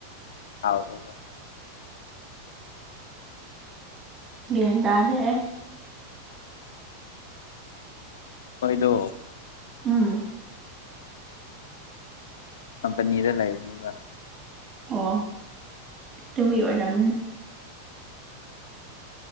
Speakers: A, on the left; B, on the right.
A: ꯍꯥꯎꯔꯦꯕ
B: ꯒꯤꯦ ꯇꯗꯦ
A: ꯑꯣꯏꯣꯏꯗ
B: ꯎꯝ
A: ꯑ ꯄꯅꯤꯔ ꯂꯑꯕꯅꯤꯕ
B: ꯑꯣ ꯑꯗꯨꯒꯤ ꯑꯣꯏꯔꯝ